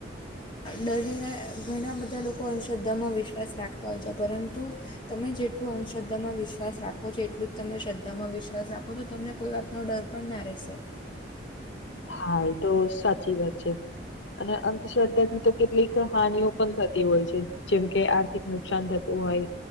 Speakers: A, on the left; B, on the left.
A: ડરીને ઘણા બધા લોકો અંધશ્રદ્ધામાં વિશ્વાસ રાખતા હોય છે. પરંતુ તમે જેટલું અંધશ્રદ્ધામાં વિશ્વાસ રાખો છો એટલું જ તમે શ્રદ્ધામાં વિશ્વાસ રાખો તો તમને કોઈ વાત નો ડર પણ ના રહેશે.
B: હા એ તો સાચી વાત છે. અને અંધશ્રદ્ધાથી તો કેટલીક હાનિઓ પણ થતી હોય છે. જેમ કે આર્થિક નુકસાન થતું હોય